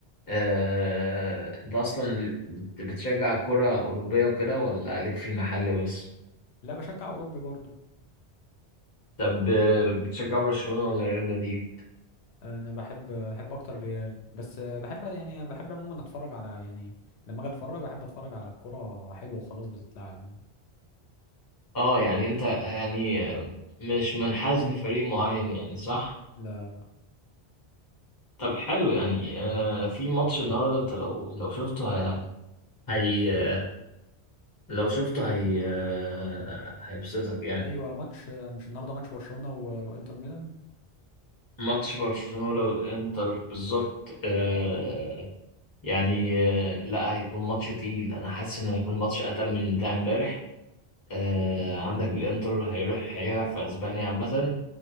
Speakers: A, on the left; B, on the left.
A: آه... أنت أصلا بتشجع كرة أوروبية وكده ولا ليك في المحل بس؟
B: لا بشجع اوروبي برضو
A: طب آه، بتشجع برشلونة ولا ريال مدريد؟
B: انا بحب بحب اكتر ريال بس آه، بحب يعني بحب عموما اتفرج على يعني لما اجي اتفرج بحب اتفرج على الكورة حلوة وخلاص بتتلعب يعني
A: اه يعني انت يعني مش منحاز لفريق معين يعني صح؟
B: لا لا
A: طب حلو يعني آه في ماتش النهارده انت لو لو شفته هي, هي لو شفته هي آه، هيبسطك يعني
B: ايوه ماتش آه، مش النهارده ماتش برشلونة و... وانتر ميلان
A: ماتش برشلونة والإنتر بالظبط آه يعني آه لا هيكون ماتش تقيل أنا حاسس إنه هيكون ماتش أتقل من بتاع إمبارح آه عندك الإنتر هيروح هيلعب في أسبانيا عامة